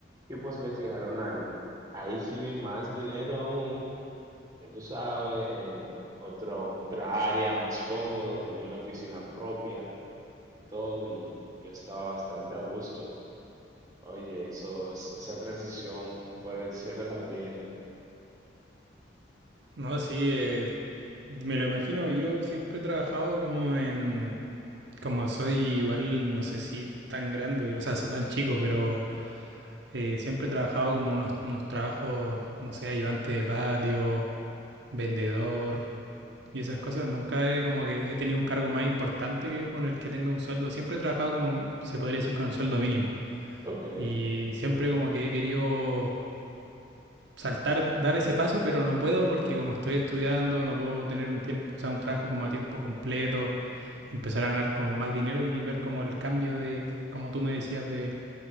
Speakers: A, on the right; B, on the right.
A: y pues me fijaron ahí. Ahí sí vi más dinero aún, ya tú sabes, eh, otro, otra área más cómodo, tenía una oficina propia y todo y yo estaba bastante a gusto. Oye, eso, es- esa transición fue del cielo a la tierra.
B: No, sí, eh, me lo imagino. Yo siempre he trabajado como en. Como soy igual, no sé si tan grande, o sea, soy tan chico, pero eh, siempre he trabajado como unos, unos trabajos, no sé, ayudante de patio, vendedor y esas cosas. Nunca he, como que he tenido un cargo más importante que con el que tenga un sueldo. Siempre he trabajado como, se podría decir, con el sueldo mínimo.
A: Ok,
B: Y siempre como que he querido saltar, dar ese paso, pero no puedo porque como estoy estudiando, no puedo tener un tiempo, o sea, un trabajo como a tiempo completo, empezar a ganar como más dinero y ver como el cambio de, como tú me decías, de,